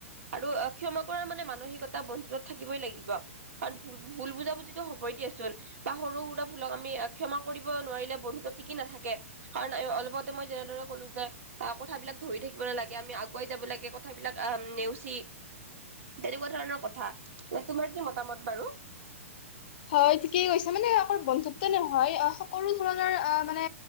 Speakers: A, on the right; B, on the left.
A: আৰু ক্ষমা কৰাৰ মানে মানসিকতা বন্ধুতত থাকিবই লাগিব। কাৰণ ভুল - ভুল বুজাবুজি টো হ'বই দিয়াচোন বা সৰু সুৰা ভুলক আমি আ ক্ষমা কৰিব নোৱাৰিলে বন্ধুত্ব টিকি নাথাকে। কাৰণ এ অলপতে মই যেনেদৰে ক'লো যে আহ কথাবিলাক ধৰি থাকিব নালাগে, আমি আগুৱাই যাব লাগে কথাবিলাক আহ নেওচি তেনেকুৱা ধৰণৰ কথা, ইয়াত তোমাৰ কি মতামত বাৰু?
B: হয় ঠিকেই কৈছে মানে অকল বন্ধুত ত নহয়, অ সকলো ধৰণৰ আ মানে